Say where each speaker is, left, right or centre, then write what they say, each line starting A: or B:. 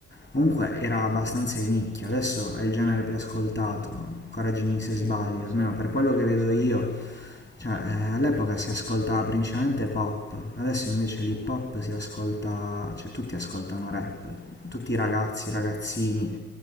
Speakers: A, on the left (about 30°); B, on the left (about 75°).
A: comunque era abbastanza di nicchia, adesso è il genere più ascoltato, correggimi se
B: Sì,
A: sbaglio,
B: esatto,
A: almeno per quello
B: no,
A: che
B: no,
A: vedo
B: esatto.
A: io, cioè eh, all'epoca si ascoltava principalmente pop, adesso invece l'hip hop si ascolta, cioè tutti ascoltano rap, tutti i ragazzi, i ragazzini,